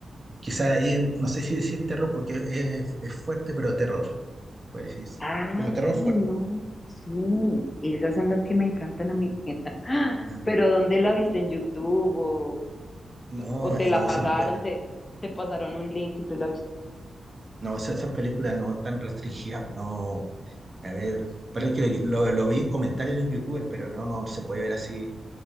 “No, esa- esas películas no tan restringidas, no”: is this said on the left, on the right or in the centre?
Right